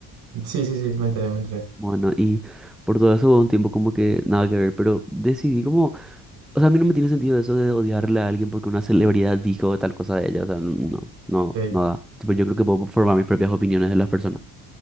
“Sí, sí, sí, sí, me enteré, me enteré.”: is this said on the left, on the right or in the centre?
Right